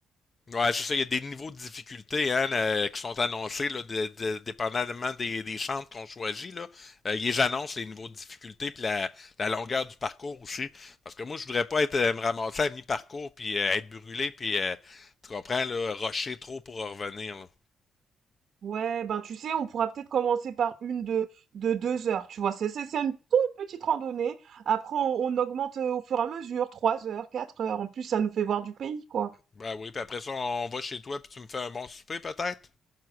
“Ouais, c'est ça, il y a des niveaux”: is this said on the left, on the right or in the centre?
Left